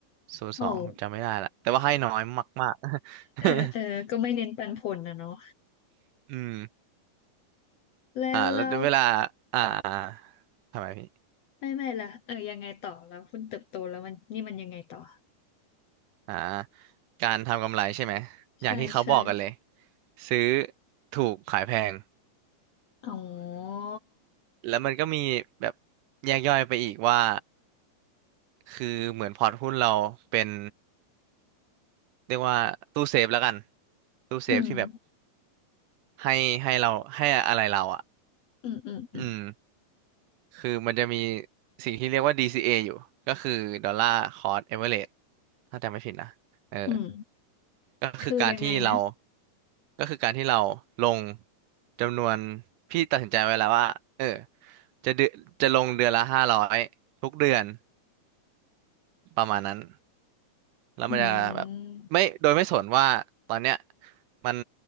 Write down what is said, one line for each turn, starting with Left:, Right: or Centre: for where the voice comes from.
Right: ศูนย์สองผมจำไม่ได้ละแต่ว่าให้น้อยมาก
Left: โอ้เออเออก็ไม่เน้นปันผลนะเนาะ
Right: ๆ <laughs> อืม
Left: แล้วแล้ว
Right: อ่าแล้วเวลาอ่าอ่าทำไมพี่
Left: ไม่ไม่ละเออยังไงต่อแล้วคุณเติบโตแล้วมันนี่มันยังไงต่อ
Right: อ่าการทำกำไรใช่ไหม
Left: ใช่ใช่
Right: อย่างที่เขาบอกกันเลย ซื้อถูกขายแพง
Left: อ๋อ
Right: แล้วมันก็มีแบบแยกย่อยไปอีกว่า คือเหมือนพอร์ตหุ้นเราเป็นเรียกว่าตู้เซฟแล้วกัน ตู้เซฟที่แบบ
Left: อืม
Right: ให้ให้เราให้อะไรเราอ่ะ
Left: อืมอืมอืม
Right: อืมคือมันจะมีสิ่งที่เรียกว่า DCA ออยู่ ก็คือดอลลาร์คเอเวอเรจถ้าจำไม่ผิดนะเออ
Left: อืม
Right: ก็คือการที่เรา
Left: คือยังไงนะ
Right: ก็คือการที่เราลงจำนวนพี่ตัดสินใจไว้แล้วว่าเออจะเดือนจะลงเดือนละห้าร้อยทุกเดือนประมาณนั้น แล้วมันจะแบบไม่โดยไม่สนว่าตอนเนี้ย
Left: อืม
Right: มัน